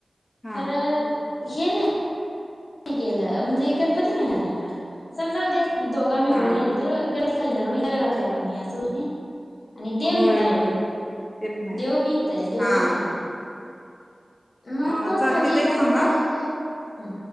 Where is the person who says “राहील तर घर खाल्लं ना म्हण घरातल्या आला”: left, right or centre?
Left